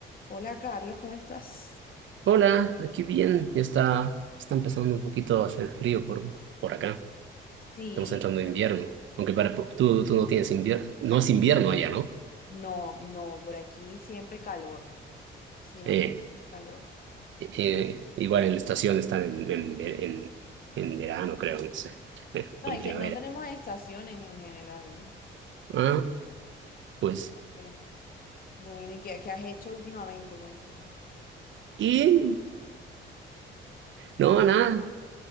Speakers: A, on the left; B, on the right.
A: Hola Carlos, ¿cómo estás?
B: Hola, aquí bien. Ya está, está empezando un poquito a hacer frío por, por acá.
A: Sí,
B: Estamos entrando en invierno. Aunque para po- tú, tú no tienes invierno, no es invierno allá, ¿no?
A: no, no, por aquí siempre calor, siempre
B: Eh,
A: calor.
B: eh, igual en la estación están en, en, ver- en, en verano, creo, no sé, eh,
A: No,
B: o
A: es
B: en primavera.
A: que no tenemos estaciones en general, ¿eh?
B: Ah, pues.
A: Siempre. Bueno, ¿y qué, qué has hecho últimamente? Cuéntame.
B: Y no, nada.